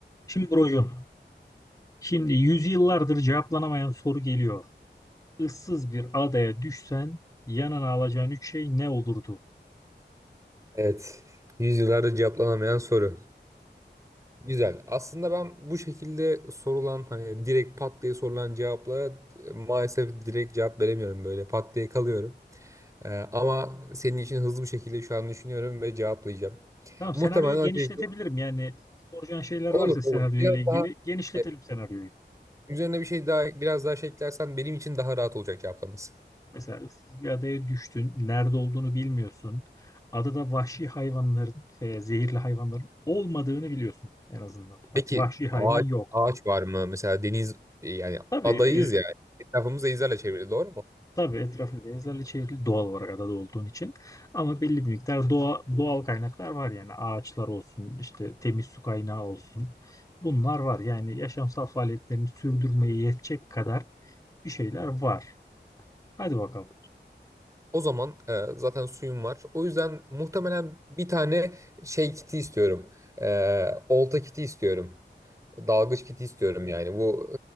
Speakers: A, on the left; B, on the right.
A: Şimdi brocum, şimdi yüzyıllardır cevaplanamayan soru geliyor. Issız bir adaya düşsen yanına alacağın üç şey ne olurdu?
B: Evet. Yüzyıllardır cevaplanamayan soru. Güzel. Aslında ben bu şekilde sorulan hani direkt pat diye sorulan cevaplara e, maalesef direkt cevap veremiyorum böyle. Pat diye kalıyorum. Ee, ama senin için hızlı bir şekilde şu an düşünüyorum ve cevaplayacağım.
A: Tamam senaryoyu
B: Muhtemelen öncelikle
A: genişletebilirim. Yani soracağın şeyler
B: olur
A: varsa senaryoyla
B: olur. Biraz
A: ilgili
B: daha
A: genişletelim
B: e,
A: senaryoyu.
B: üzerine bir şey daha biraz daha şey eklersen benim için daha rahat olacak cevaplaması.
A: Mesela ıssız bir adaya düştün, nerede olduğunu bilmiyorsun. Adada vahşi hayvanların, e, zehirli hayvanların olmadığını biliyorsun en azından.
B: Peki
A: Bak vahşi hayvan
B: ağaç
A: yok.
B: ağaç var mı? Mesela deniz e, yani
A: Tabii
B: adayız
A: e,
B: ya. Etrafımız denizlerle çevrili doğru mu?
A: Tabii etrafı denizlerle çevrili doğal olarak adada olduğun için. Ama belli bir miktar doğa, doğal kaynaklar var yani ağaçlar olsun, işte temiz su kaynağı olsun. Bunlar var yani yaşamsal faaliyetlerini sürdürmeye yetecek kadar bir şeyler var. Hadi bakalım.
B: O zaman e, zaten suyum var. O yüzden muhtemelen bir tane şey kiti istiyorum. E, olta kiti istiyorum. Dalgıç kiti istiyorum yani. Bu